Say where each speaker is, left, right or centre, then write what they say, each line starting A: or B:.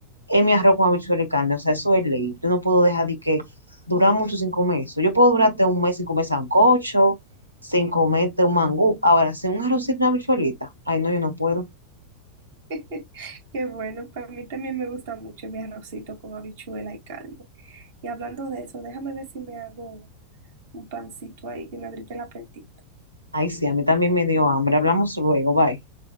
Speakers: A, on the right; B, on the right.
A: es mi arroz con habichuela y carne, o sea, eso es ley. Yo no puedo dejar de que durar mucho sin comer eso. Yo puedo durarte un mes sin comer sancocho, sin comerte un mangú. Ahora, sin un arrocito y una habichuelita, ay, no, yo no puedo.
B: <laughs> Qué bueno, para mí también me gusta mucho mi arrocito con habichuela y carne. Y hablando de eso, déjame ver si me hago un pancito ahí que me abrite el apetito.
A: Ay, sí, a mí también me dio hambre. Hablamos luego, bye.